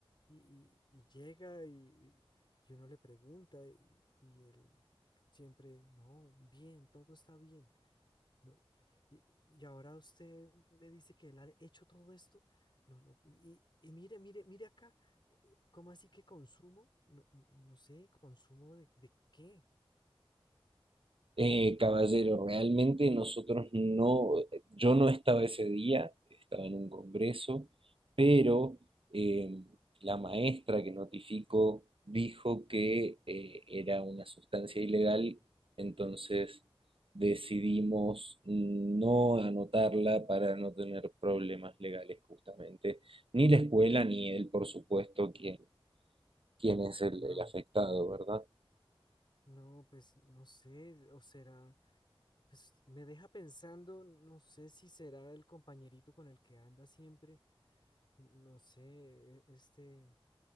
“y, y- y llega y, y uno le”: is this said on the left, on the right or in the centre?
Left